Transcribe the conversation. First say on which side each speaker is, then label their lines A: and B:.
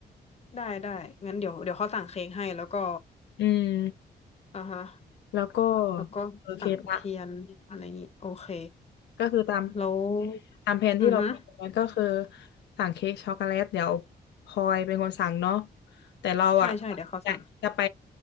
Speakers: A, on the left; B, on the left.
A: ได้ได้งั้นเดี๋ยวเดี๋ยวเขาสั่งเค้กให้แล้วก็
B: อืม
A: อ่าฮะ
B: แล้วก็
A: แล้วก็สั่งเทียนอะไรอย่างนี้โอเค
B: โอเคละ ก็คือตาม
A: แล้ว
B: ตามแผนที่เราคุยกันไว้ก็คือ
A: อือฮึ
B: สั่งเค้กช็อกโกแลตเดี๋ยวพลอยเป็นคนสั่งเนาะแต่เราอ่ะ
A: ใช่ใช่เดี๋ยวเขาสั่ง
B: จะจะไป